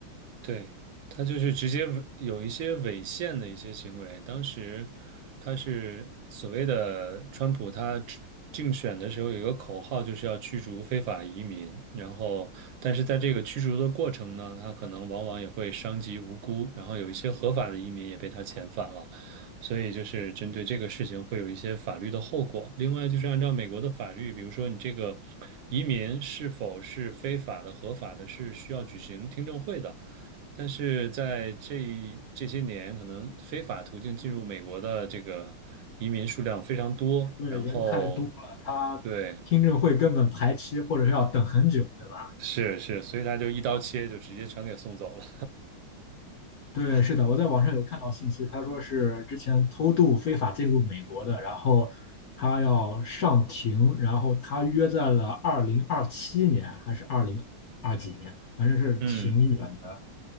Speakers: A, on the right; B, on the left.
A: 对，他就是直接违有一些违宪的一些行为。当时他是所谓的川普，他竞竞选的时候有一个口号，就是要驱逐非法移民。然后，但是在这个驱逐的过程呢，他可能往往也会伤及无辜，然后有一些合法的移民也被他遣返了。所以就是针对这个事情会有一些法律的后果。另外就是按照美国的法律，比如说你这个移民是否是非法的、合法的，是需要举行听证会的。但是在这这些年，可能非法途径进入美国的这个移民数量非常多，
B: 对人太多了，
A: 然后
B: 他听证会根本排期或者是要等很久，
A: 对，
B: 对吧？
A: 是是，所以他就一刀切，就直接全给送走了。
B: 对，是的，我在网上有看到信息，他说是之前偷渡非法进入美国的，然后他要上庭，然后他约在了二零二七年还是二零二几年，反正是挺远的。
A: 嗯，